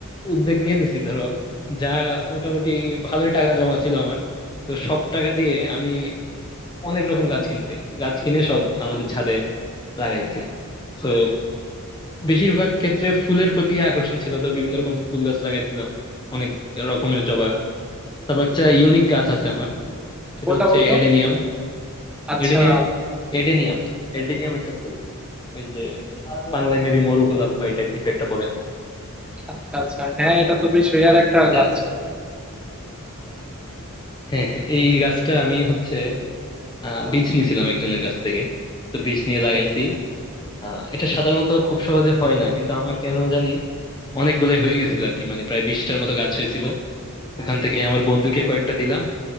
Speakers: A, on the left; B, in the centre.
A: উদ্যোগ নিয়ে নিছি ধরো যা মোটামুটি ভালোই টাকা জমা ছিল আমার তো সব টাকা দিয়ে আমি অনেক রকম গাছ কিনছি গাছ কিনে সব আমাদের ছাদে লাগাইছি তো বেশিরভাগ ক্ষেত্রে ফুলের প্রতি আকর্ষণ ছিল ধর বিভিন্ন রকম ফুল গাছ লাগাইছিলাম অনেক রকমের জবা তারপর একটা ইউনিক গাছ আছে আমার সেটা
B: কোনটা
A: হচ্ছে
B: বলো তো
A: এডেনিয়াম
B: আচ্ছা
A: এডেনিয়াম এডেনিয়াম এডেনিয়াম একটা ফুল ওই যে বাংলায় মেবি মরু গোলাপ বা এই টাইপ কিছু একটা পড়ে
B: আচ্ছা আচ্ছা হ্যাঁ এটা তো বেশ রেয়ার একটা
A: এটা
B: গাছ
A: হ্যাঁ হ্যাঁ এই গাছটা আমি হচ্ছে আহ বীজ নিয়েছিলাম একজনের কাছ থেকে তো বীজ নিয়ে লাগাইছি আহ এটা সাধারণত খুব সহজে হয় না কিন্তু আমার কেন জানি অনেকগুলাই হয়ে গেছিল আর কি মানে প্রায় বিশটার মতো গাছ হয়েছিল ওখান থেকে আমার বন্ধুকে কয়েকটা দিলাম